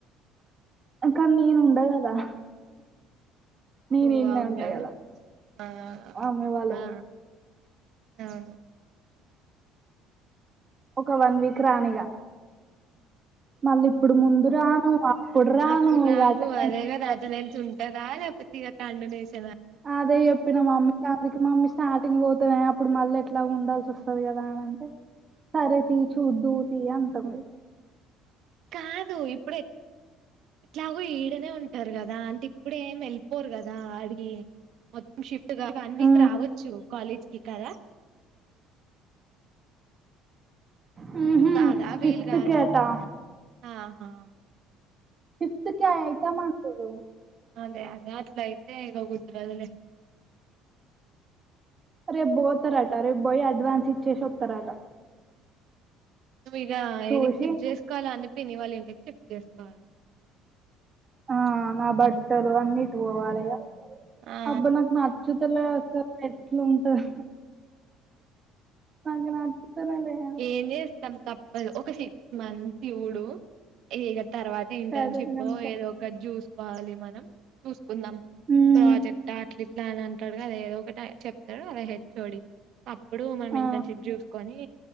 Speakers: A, on the right; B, on the right.
A: కానీ నేను ఉండ కదా నేను
B: ఓ
A: ఈన్నే
B: అవును
A: ఉంటా కదా
B: కదా
A: మా మమ్మీ వాళ్ళు
B: ఆ అవును
A: ఒక వన్ వీక్ రానిగా మళ్ళీ ఇప్పుడు ముందు రాను అప్పుడు రాను
B: అప్పుడు రావు
A: ఇక అటెండెన్స్
B: అదేగా అటెండెన్స్ ఉ టదా లేకపోతే ఇగ కంటిన్యూషన్ ఆ
A: అదే చెప్పిన మమ్మీ అందుకి మా మమ్మీ స్టార్టింగ్ పోతునే అప్పుడు మళ్ళీ ఎట్లాగ ఉండాల్సి వస్తుంది కదా అని అంటే సరే తీ చూద్దు తీ అంటంది
B: కాదు ఇప్పుడు ఎట్లాగో ఈడనే ఉంటారు కదా అంటే ఇప్పుడేమి వెళ్ళిపోరు కదా ఆడికి మొత్తం షిఫ్ట్ <inaudible> వన్ వీక్
A: ఆ
B: రావచ్చు కాలేజ్ కి కదా
A: మ్మ్ హు
B: కాదా వీలు
A: ఫిఫ్త్
B: కాదా
A: కేటా
B: ఆహా
A: ఫిఫ్త్ కె ఆ ఎగ్జామ్ అంటూర్రు
B: అదే అదే అట్లయితే ఇగ గుర్తు లేదు లే
A: రేపు పోతారట రేపు పోయి అడ్వాన్స్ ఇచ్చేసి వస్తారట
B: నువ్వు ఇగ
A: చూసి
B: ఈడికి షిఫ్ట్ చేసుకోవాలి అని పిని వాళ్ళ ఇంటికి షిఫ్ట్ చేసుకోవాలి
A: ఆ నా బట్టలు అన్ని ఎత్తుకుపోవాలి ఇగ
B: ఆ
A: అబ్బ నాకు నాక్ బా <unintelligible> అట్ల ఎట్లుంటది నాకు నచ్చుతనే లేదు
B: ఏం చెస్ త్తం తప్పదు ఒక సిక్స్ మంత్స్ చూడు ఇగ తర్వాత ఇంటర్న్షిప్
A: అదే గంతే
B: ఏదో కటి చూసుకోవాలి మనం చూసుకుందాం
A: మ్మ్
B: ప్రాజెక్ట్ అట్ ఇట్ల అని అంటడు కద ఏదో ఒకటి ఆ చెప్తాడు అది హెచ్ ఓ డి ఇప్పుడు మనం
A: ఆ
B: ఇంతని చెట్ చూసుకొని